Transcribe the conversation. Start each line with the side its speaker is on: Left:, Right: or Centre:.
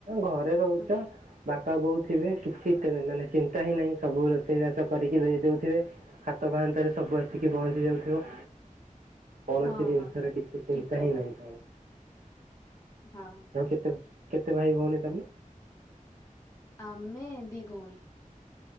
Right: ଘରେ ରହୁଚ
Left: ଆଜ୍ଞା
Right: ବାପା-ବୋଉ ଥିବେ କିଛି ଚିନ୍ତା ହିଁ ନାହିଁ, ସବୁ ରୋଷେଇ ବାସ କରିକି ଦେଇ ଦଉଥିବେ। ହାତ ପାହାନ୍ତାରେ ସବୁ ଆସିକି ପହଞ୍ଚି ଯାଉଥିବ। କୌଣସି
Left: ହଁ
Right: ଜିନ୍‌ଷ
Left: ହଁ
Right: ରେ କିଛି ଚିନ୍ତା
Left: ଠିକ କହିଲା
Right: ହିଁ ନାହିଁ ତ
Left: <inaudible>
Right: କେତେ କେତେ ଭାଇ ଭଉଣୀ ତମେ?
Left: ଆମେ ଦି ଭଉଣୀ।